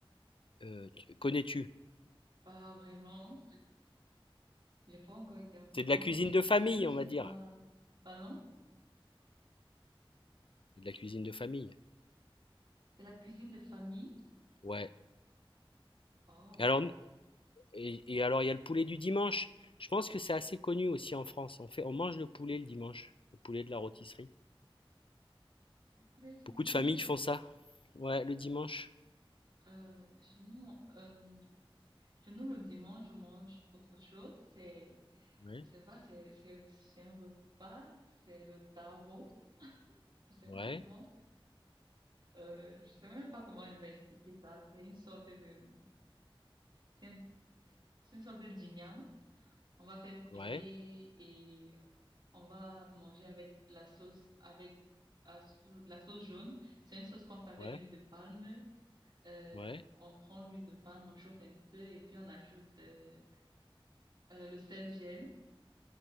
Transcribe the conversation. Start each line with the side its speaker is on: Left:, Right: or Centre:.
Left: Heu, tu connais-tu?
Right: Pas vraiment. J'ai pas encore été en France
Left: C'est de la cuisine
Right: et
Left: de
Right: ici,
Left: famille,
Right: j'ai
Left: on va
Right: pas.
Left: dire.
Right: Pardon?
Left: C'est de la cuisine de famille.
Right: C'est la cuisine de famille?
Left: Ouais.
Right: Oh,
Left: Et alors n et et alors il y a le poulet du dimanche. Je pense que c'est assez connu aussi en France. On fait on mange le poulet le dimanche, le poulet de la rôtisserie.
Right: le poulet du
Left: Beaucoup
Right: dimanche.
Left: de familles font ça. Ouais, le dimanche.
Right: Euh, chez nous, euh, chez nous, le dimanche, on mange autre chose. C'est,
Left: Ouais,
Right: je sais pas, c'est, c'est, c'est un repas, c'est le tarot. Je sais
Left: ouais,
Right: pas <laughs> comment, euh, je sais même pas comment je vais expliquer ça. C'est une sorte de, c'est un- c'est une sorte de dîniam. On va faire piler
Left: ouais,
Right: et on va manger avec la sauce, avec la sau- la sauce jaune. C'est une sauce qu'on fait avec
Left: ouais,
Right: l'huile de palme Euh,
Left: ouais,
Right: on prend l'huile de palme, on chauffe un peu et puis on ajoute euh, euh, le sel gemme